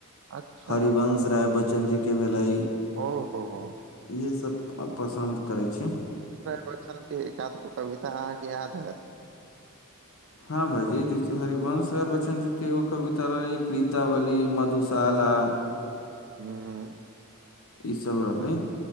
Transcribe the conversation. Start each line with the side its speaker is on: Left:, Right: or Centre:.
Right: अच्छा
Left: हरिवंश राय बच्चन जीके भेलै
Right: ओ ओ हो
Left: इएहे सभ पसन्द करै छी
Right: बच्चन के एकध गो कविता अहाँके याद हयत
Left: हँ भाइजी जैसे हरिवंश राय बच्चन जीके एगो कविता रहलै क्रीतावली मधुशाला
Right: हु हु
Left: ईसभ रहलै